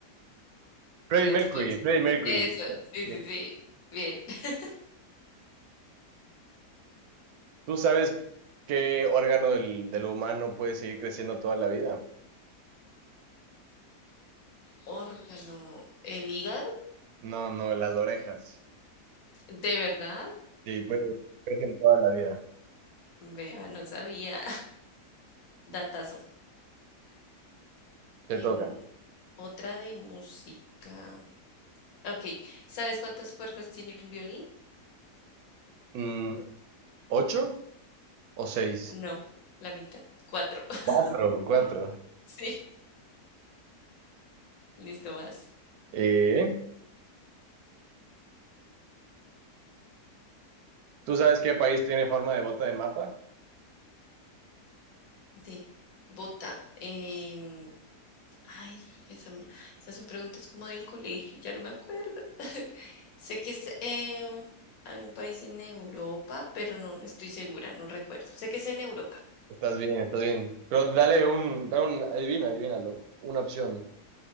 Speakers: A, on the right; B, on the left.
A: Freddie
B: Dale,
A: Mercury,
B: tú puedes.
A: Freddie Mercury.
B: Eso, sí,
A: Bien.
B: sí, sí. Bien. <laughs>
A: ¿Tú sabes qué órgano del, del humano puede seguir creciendo toda la vida?
B: Órgano, el hígado,
A: No, no, las orejas.
B: ¿de verdad?
A: Sí, pues, crecen toda la vida.
B: Vea, no sabía. Datazo.
A: Te
B: Em,
A: toca.
B: otra de música. Ok, ¿sabes cuántas cuerdas tiene un violín?
A: Mm, ¿ocho o seis?
B: No, la mitad. Cuatro. <laughs>
A: Cuatro, cuatro.
B: Sí, listo, vas.
A: Eh, ¿Tú sabes qué país tiene forma de bota de mapa?
B: De bota. em, ay, esa me- esas son preguntas como del colegio, ya no me acuerdo. Sé que es em, algún país en Europa, pero no, no estoy segura, no recuerdo. Sé que es en Europa.
A: Estás bien, estás bien. Pero dale un, dale un, adivina, adivínalo, una opción.